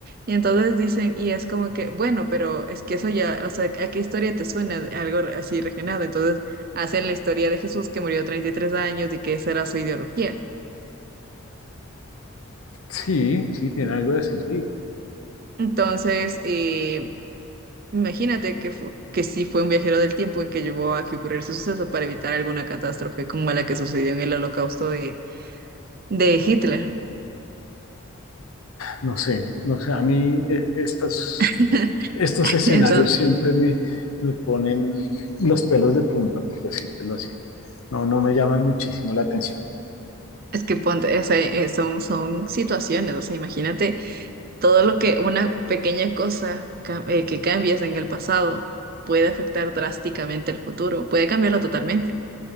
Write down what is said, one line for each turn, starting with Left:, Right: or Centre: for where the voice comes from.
Right: Y entonces dicen, y es como que, bueno, pero es que eso ya, o sea, ¿a qué historia te suena de algo así regenerado? Entonces, hacen la historia de Jesús que murió a 33 años y que esa era su ideología.
Left: sí, sí, tiene algo de sentido.
Right: Entonces, eh, imagínate que, fu- que sí fue un viajero del tiempo en que llevó a que ocurriera ese suceso para evitar alguna catástrofe como la que sucedió en el holocausto de, de Hitler.
Left: No sé, no sé, a mí eh, estas,
Right: <laughs>
Left: estos escenarios
Right: Entonces,
Left: siempre me, me ponen los pelos de punta, por decírtelo así. No, no me llaman muchísimo la atención.
Right: Es que ponte, o sea, eh, son, son situaciones, o sea, imagínate todo lo que una pequeña cosa cam- eh, que cambies en el pasado puede afectar drásticamente el futuro, puede cambiarlo totalmente.